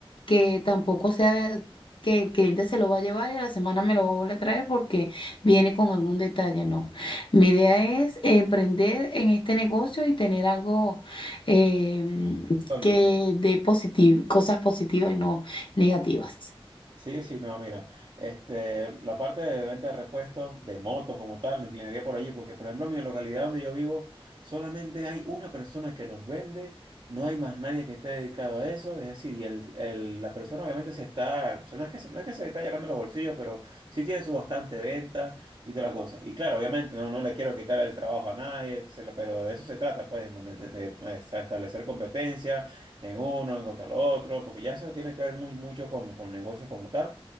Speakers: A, on the left; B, on the right.
A: que tampoco sea de- que el cliente se lo va a llevar y a la semana me lo va a volver a traer porque Viene con algún detalle, no. Mi idea es emprender en este negocio y tener algo em,
B: sólido.
A: que dé positivo, cosas positivas, no negativas.
B: Sí, sí, no, mira, este, la parte de venta de repuestos de motos como tal, me inclinaría por allí, porque por ejemplo en mi localidad donde yo vivo, solamente hay una persona que los vende, no hay más nadie que esté dedicado a eso, es decir, y el, el- la persona obviamente se está, o sea, no es que se, no es que se está llenando los bolsillos, pero sí tiene su bastante venta y toda la cosa. Y claro, obviamente no, no le quiero quitar el trabajo a nadie, se le- pero de eso se trata, pues, de, de- de- de establecer competencia en uno, en contra el otro, porque ya eso tiene que ver muy, mucho con, con negocios como tal.